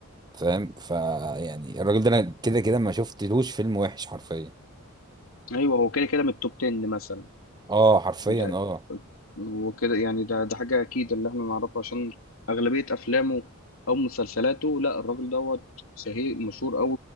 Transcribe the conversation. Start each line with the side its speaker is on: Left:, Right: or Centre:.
Right: فاهم فيعني الراجل ده انا كده كده ما شفتلوش فيلم وحش حرفيا
Left: ايوه هو كده كده من التوب 10 مثلا
Right: اه حرفيا
Left: ده
Right: اه
Left: هو كده يعني ده ده حاجه اكيد اللي احنا نعرفه عشان اغلبيه افلامه او مسلسلاته لا الراجل دوت شهير مشهور قوي